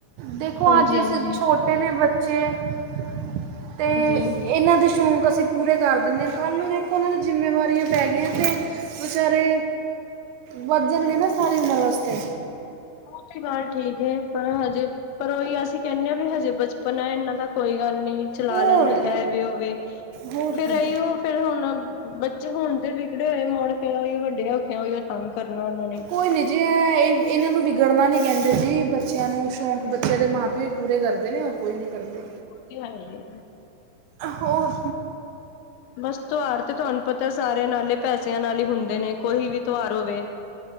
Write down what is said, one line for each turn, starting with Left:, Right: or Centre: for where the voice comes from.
Right: ਦੇਖੋ
Left: ਹਾਂਜੀ-ਹਾਂਜੀ,
Right: ਅੱਜ,
Left: ਹਾਂਜੀ।
Right: ਅਸੀਂ ਛੋਟੇ ਨੇ ਬੱਚੇ ਅਤੇ
Left: ਹਾਂਜੀ।
Right: ਇਹਨਾਂ ਦੇ ਸ਼ੌਂਕ, ਅਸੀਂ ਪੂਰੇ ਕਰ ਦਿੰਦੇ ਹਾਂ, ਕੱਲ੍ਹ ਨੂੰ ਦੇਖੋ ਉਹਨਾਂ ਦੀ, ਜ਼ਿੰਮੇਵਾਰੀਆਂ ਪੈ ਗਈਆਂ ਅਤੇ ਵਿੱਚਾਰੇ ਵੱਧ ਜਾਣਗੇ ਨਾ, ਸਾਰੀ ਉਮਰ ਵਾਸਤੇ।
Left: ਉਹ ਤੇ ਗੱਲ, ਠੀਕ ਹੈ ਪਰ ਹਜੇ ਪਰ ਉਹੀ ਅਸੀ ਕਹਿੰਦੇ ਹਾਂ, ਵੀ ਹਜੇ ਬਚਪਨਾ ਹੈ, ਇਹਨਾਂ ਦਾ ਕੋਈ ਗੱਲ ਨ ਚਲਾ
Right: ਹੋਰ
Left: ਲੈਣ, ਐਵੀ, ਓਵੀ,
Right: ਹੋਰ
Left: ਫਿਰ
Right: ਕੀ
Left: ਅਇਹੋ ਫਿਰ ਹੁਣ ਬੱਚੇ ਹੁਣ ਤੇ ਵਿਗੜੇ ਹੋਏ, ਮੁੜ ਫਿਰ ਉ ਵੱਡੇ ਹੋਕੇ ਹੳਈ ਕੰਮ ਕਰਨਾ, ਉਹਨਾਂ ਨੇ
Right: ਕੋਈ ਨਹੀ ਜੀ, ਐ ਇਹਨਾਂ ਨੂੰ ਵਿਗੜਨਾ ਨਹੀ ਕਹਿੰਦੇ ਜੀ, ਬੱਚਿਆਂ ਨੂੰ ਸ਼ੋਕ ਬੱਚਿਆ ਦੇ ਮਾਂ ਪਿਓ ਪੂਰੇ ਕਰਦੇ ਨੇ ਉਹ ਕੋਈ ਨੀ ਕਰਦੇ
Left: ਕਿਹਾ ਹੈਈ ਐ।
Right: ਹੋਰ
Left: ਬਸ ਤਿਉਹਾਰ ਤੇ ਤੁਹਾਨੂੰ ਪਤਾ ਸਾਰੇ ਨਾਲੇ ਪੈਸਿਆਂ ਨਾਲ ਹੀ ਹੁੰਦੇ ਨੇ, ਕੋਈ ਵੀ ਤਿਉਹਾਰ ਹੋਵੇ।